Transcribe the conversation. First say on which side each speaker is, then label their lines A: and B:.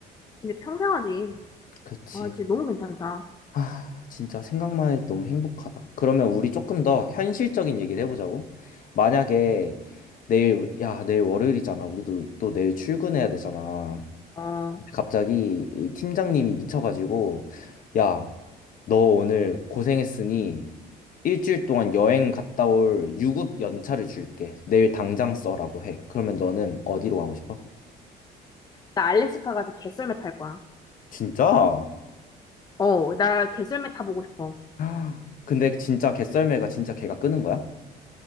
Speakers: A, on the left; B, on the left.
A: 진짜 평생 하지.
B: 그치.
A: 아, 진짜 너무 괜찮다.
B: 아, 진짜 생각만 해도 너무 행복하다. 그러면 우리 조금 더 현실적인 얘기를 해보자고. 만약에 내일, 야, 내일 월요일이잖아. 우리도 또 내일 출근해야 되잖아.
A: 어,
B: 갑자기 이 팀장님이 미쳐가지고, 야, 너 오늘 고생했으니 일주일 동안 여행 갔다 올 유급 연차를 줄게. 내일 당장 써라고 해. 그러면 너는 어디로 가고 싶어?
A: 나 알래스카 가서 개썰매 탈 거야.
B: 진짜?
A: 어, 나 개썰매 타보고 싶어.
B: <gasps> 근데 진짜 개썰매가 진짜 걔가 끄는 거야?